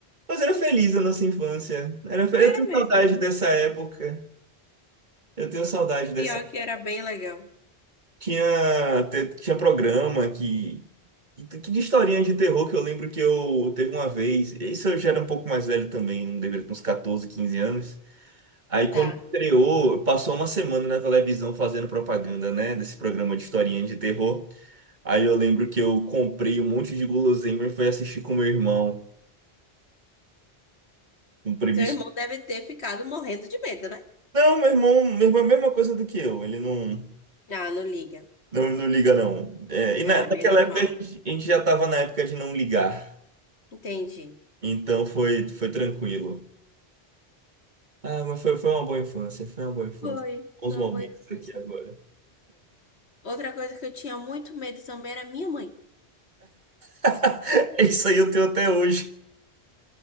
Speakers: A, on the right; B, on the left.
A: Mas era feliz a nossa infância. Era fe-
B: Era
A: Eu tenho
B: mesmo.
A: saudade dessa época. Eu tenho saudade dessa.
B: Pior que era bem legal.
A: Tinha, te- tinha programa que. que que de historinha de terror que eu lembro que eu teve uma vez. Isso eu já era um pouco mais velho também, não deveria ter uns 14 15 anos. Aí quando
B: Tá.
A: estreou, passou uma semana na televisão fazendo propaganda, né? Desse programa de historinha de terror. Aí eu lembro que eu comprei um monte de guloseima e fui assistir com meu irmão, um primo.
B: Seu irmão deve ter ficado morrendo de medo, né?
A: Não, meu irmão, meu irmão é a mesma coisa do que eu. Ele não.
B: Ah, não liga.
A: Não, não liga, não. É, e na,
B: Ah,
A: naquela
B: menos
A: época
B: mal.
A: a gente, a gente já tava na época de não ligar.
B: Entendi.
A: Então foi, foi tranquilo. Ah, mas foi, foi uma boa infância, foi uma boa infância.
B: Foi,
A: Bons
B: foi
A: momentos
B: uma boa infância.
A: aqui agora.
B: Outra coisa que eu tinha muito medo também era minha mãe.
A: <laughs> Isso aí eu tenho até hoje.